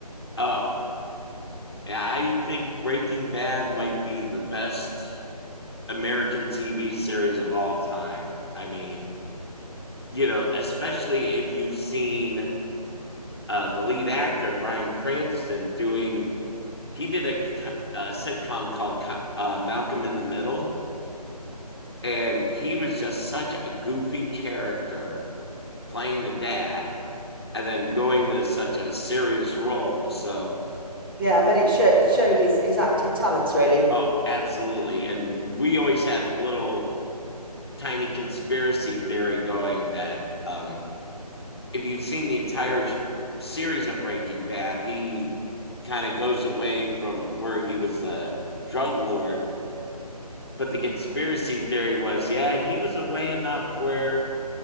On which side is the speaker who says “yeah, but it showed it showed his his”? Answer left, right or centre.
Right